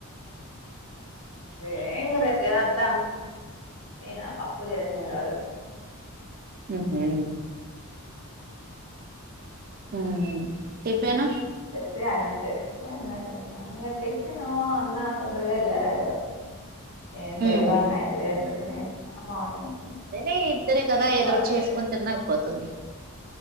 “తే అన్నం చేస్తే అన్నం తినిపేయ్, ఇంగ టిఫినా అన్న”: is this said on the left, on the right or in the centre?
Left